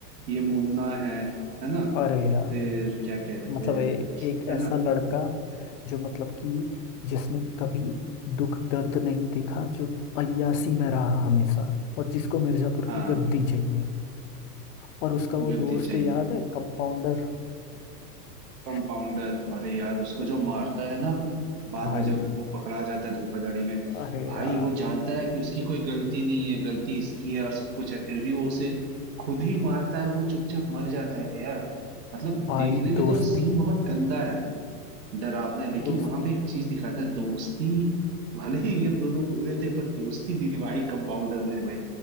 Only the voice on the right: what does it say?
ये मुन्ना है है ना
फिर क्या कहते
हैं
है ना
हाँ
गद्दी
चाहिए
कंपाउंडर अरे यार उसको जो मारता है ना बाद
में जब वो पकड़ा जाता है धोखाधड़ी में
भाई
वो जानता है कि उसकी कोई गलती नहीं है गलती इसकी है और सब कुछ है फिर भी वो उसे खुद ही मारता है और वो चुपचाप मर जाता है यार मतलब
देखने में
तो सीन बहुत गंदा है डरावना है लेकिन
वहां पे एक चीज दिखाता है दोस्ती भले ही ये दोनों बुरे थे पर दोस्ती निभाई कंपाउंडर ने भाई